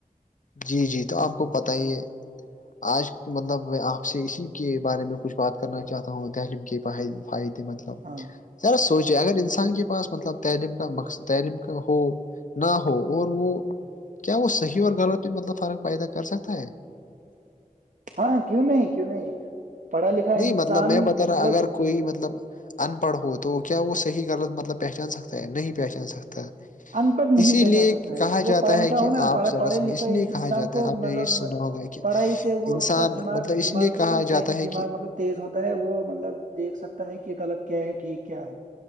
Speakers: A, on the left; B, on the right.
A: جی جی تو آپ کو پتہ ہی یہ آج مطلب میں آپ سے اسی کے بارے میں کچھ بات کرنا چاہتا ہوں تعلیم کے فائدے مطلب
B: ہاں
A: ذرا سوچے اگر انسان کے پاس مطلب تعلیم کا مقصد تعلیم کا ہو نہ ہو اور وہ کیا وہ صحیح اور غلط مطلب فرق پیدا کر سکتا ہے
B: ہاں کیوں نہیں کیوں نہیں پڑھا لکھا
A: نہیں
B: انسان
A: مطلب میں بتا رہا
B: مطلب
A: اگر کوئی مطلب ان پڑھ ہو تو کیا وہ صحیح غلط مطلب پہچان سکتا ہے نہیں پہچان سکتا
B: ان پڑھ نہیں
A: اسی
B: پہچان
A: لیے
B: سکتا
A: کہا
B: ہے جو
A: جاتا
B: پڑھا لکھا
A: ہے کہ
B: ہو نا
A: آپ ذرا
B: پڑھے
A: سنیں
B: لکھے
A: اس لیے
B: انسان
A: کہا جاتا
B: کو
A: ہے آپ نے
B: مطلب
A: یہ سنا ہوگا کہ
B: پڑھائی سے وہ
A: انسان
B: اس کا دماغ
A: مطلب اس
B: دماغ
A: لیے
B: جو
A: کہا
B: ہے نا ذہنی
A: جاتا ہے
B: دماغ
A: کہ
B: مطلب تیز ہوتا ہے وہ مطلب دیکھ سکتا ہے کہ غلط کیا ہے ٹھیک کیا ہے